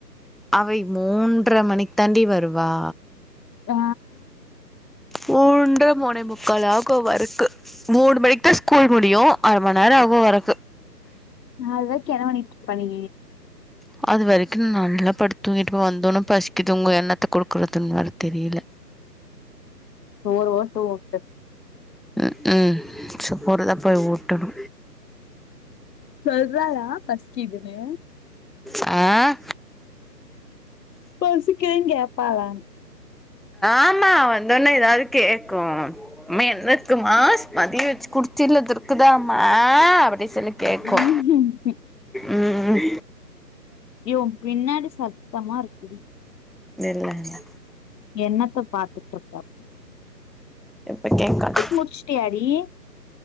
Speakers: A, in the centre; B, on the left.
A: அவை மூன்ற மணிக்கு தாண்டி வருவா
B: ஆ
A: மூன்ற மூணேமுக்கால் ஆகு வர்றக்கு மூணு மணிக்கு தா ஸ்கூல் முடியு அர மணி நேரோ ஆகு வர்றக்கு
B: ஆ அதுவரைக்கி என்ன பண்ணீட்டு இருப்ப நீ
A: அது வரைக்கு நல்லா படுத்துதூங்கிட்டுருப்பே வந்தோன்ன பசிக்குதுங்கு என்னத்த குடுக்குறதுன்னு வேற தெரியல
B: சோற போட்டு ஊட்டு
A: ம் ம் சோறு தா பொய் ஊட்டணு
B: சொல்றாளா பசிக்கிதுன்னு
A: ஆ
B: பசிக்குதுன்னு கேப்பாளான்னு
A: ஆமா வந்தோன்னே ஏதாது கேக்கு அம்மா என்ன இருக்குமா மதியோ வச்சி குடுத் தச்சில இருக்குதாமா அப்டி சொல்லி கேக்கு
B: ம்
A: ம் ம்
B: ஏ ஓ பின்னாடி சத்தமா இருக்குடி
A: இல்ல இல்ல
B: என்னத்த பாத்துட்ருக்க அப்டி
A: இப்ப கேக்காது
B: முடிச்சுட்டியாடி